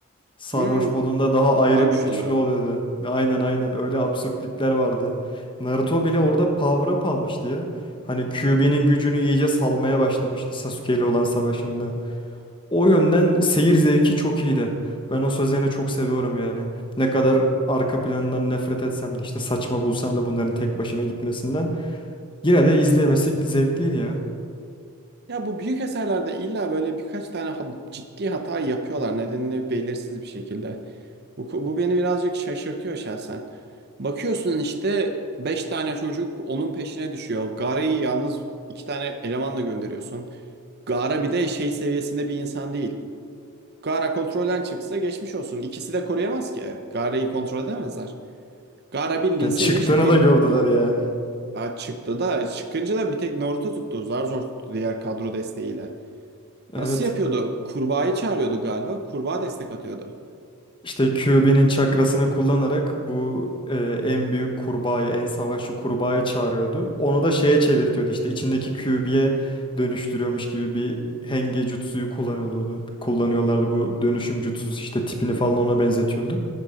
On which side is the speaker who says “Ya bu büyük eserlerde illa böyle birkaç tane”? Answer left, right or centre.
Right